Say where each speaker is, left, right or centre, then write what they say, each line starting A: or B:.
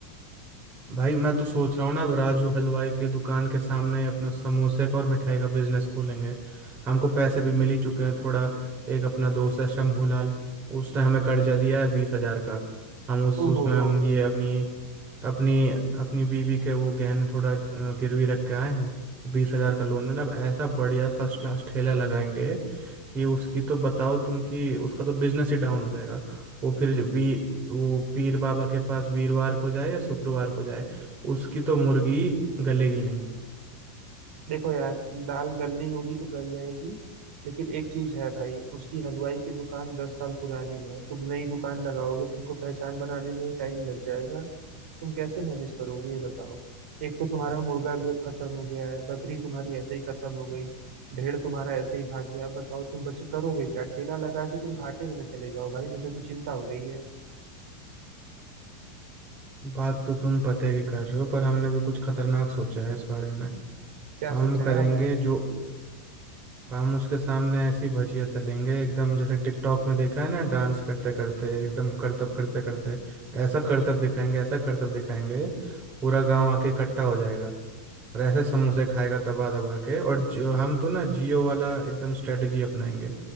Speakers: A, on the right (about 30°); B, on the right (about 75°).
A: भाई मैं तो सोच रहा हूँ ना अब राजू हलवाई के दुकान के सामने अपना समोसे का और मिठाई का बिजनेस खोलेंगे हमको पैसे भी मिल ही चुके हैं थोड़ा एक अपना दोस्त है शंभूलाल उसने हमें कर्जा दिया है बीस हजार का हम उस
B: ओहो
A: उसमें
B: हो,
A: हम ये अपनी अपनी अपनी बीवी के वो गहने थोड़ा अ, गिरवी रख के आए हैं बीस हजार का लोन मिला अब ऐसा बढ़िया फर्स्ट क्लास ठेला लगाएंगे कि उसकी तो बताओ तुम कि उसका तो बिजनेस ही डाउन हो जाएगा वो फिर भी वो पीर बाबा के पास वीरवार को जाए या शुक्रवार को जाए उसकी तो मुर्गी गलेगी नहीं
B: देखो यार दाल गलनी होगी तो गल जाएगी लेकिन एक चीज है भाई उसकी हलवाई की दुकान दस साल पुरानी है तुम नई दुकान लगाओगे तुमको पहचान बनाने में ही टाइम लग जाएगा तुम कैसे मैनेज करोगे ये बताओ एक तो तुम्हारा मुर्गा भी अब खत्म हो गया है बकरी तुम्हारी ऐसे ही खत्म हो गई भेड़ तुम्हारा ऐसे ही भाग गया अब बताओ तुम बच करोगे क्या ठेला लगा के तुम घाटे में न चले जाओ भाई मुझे तो चिंता हो रही है
A: बात तो तुम पते की कर रहे हो पर हमने भी कुछ खतरनाक सोचा है इस बारे में
B: क्या
A: हम
B: सोचा
A: करेंगे
B: है आपने
A: जो हम उसके सामने ऐसी भजिया तलेंगे एकदम जैसे टिकटॉक में देखा है ना डांस करते करते एकदम करतब करते करते ऐसा करतब दिखाएंगे ऐसा करतब दिखाएंगे पूरा गांव आके इकट्ठा हो जाएगा और ऐसे समोसे खाएगा दबा दबा के और जो हम तो ना जियो वाला एकदम स्ट्रेटजी अपनाएंगे